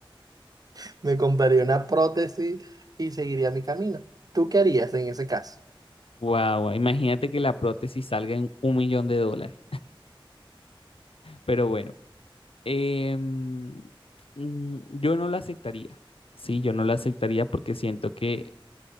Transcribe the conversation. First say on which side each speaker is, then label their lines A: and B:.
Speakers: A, on the right (about 45°); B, on the left (about 80°).
A: <laughs> Me compraría una prótesis y seguiría mi camino. ¿Tú qué harías en ese caso?
B: Guau, guau, imagínate que la prótesis salga en un millón de dólares. Pero bueno, em, mm, yo no la aceptaría. Sí, yo no la aceptaría porque siento que,